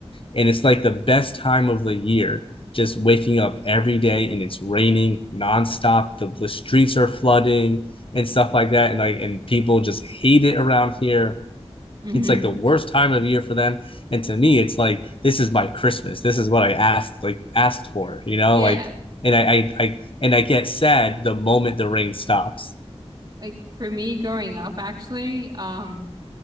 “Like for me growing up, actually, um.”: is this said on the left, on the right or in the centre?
Right